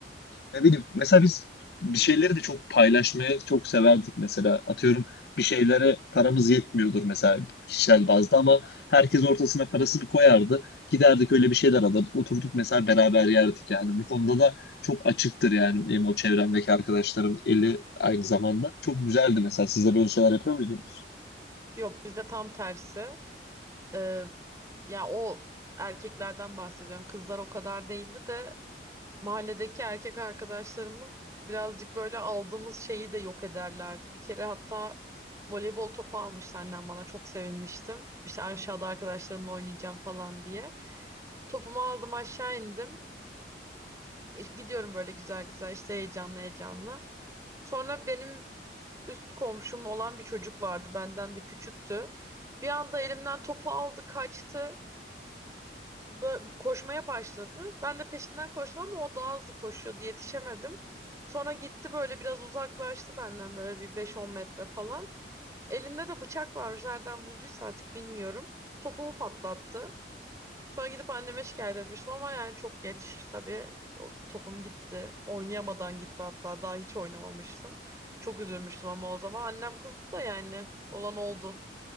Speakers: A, on the left; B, on the right.
A: ne bileyim mesela biz bir şeyleri de çok paylaşmaya çok severdik mesela. Atıyorum bir şeylere paramız yetmiyordur mesela kişisel bazda ama herkes ortasına parasını koyardı. Giderdik öyle bir şeyler alırdık. Oturduk mesela beraber yerdik yani. Bu konuda da çok açıktır yani benim o çevremdeki arkadaşlarım eli aynı zamanda. Çok güzeldi mesela. Siz de böyle şeyler yapıyor muydunuz?
B: Yok bizde tam tersi. Ee, ya o erkeklerden bahsediyorum. Kızlar o kadar değildi de mahalledeki erkek arkadaşlarımız birazcık böyle aldığımız şeyi de yok ederlerdi. Bir kere hatta voleybol topu almıştı annem bana çok sevinmiştim. İşte aşağıda arkadaşlarımla oynayacağım falan diye. Topumu aldım aşağı indim. E, Gidiyorum böyle güzel güzel işte heyecanlı heyecanlı. Sonra benim üst komşum olan bir çocuk vardı. Benden de küçüktü. Bir anda elimden topu aldı kaçtı bö- koşmaya başladı. Ben de peşinden koştum ama o daha hızlı koşuyordu. Yetişemedim. Sonra gitti böyle biraz uzaklaştı benden böyle bir beş on metre falan. Elinde de bıçak varmış. Nereden bulduysa artık bilmiyorum. Topumu patlattı. Sonra gidip anneme şikayet etmiştim ama yani çok geç tabii. Git, o topum gitti. Oynayamadan gitti hatta. Daha hiç oynamamıştım. Çok üzülmüştüm ama o zaman annem kızdı da yani olan oldu.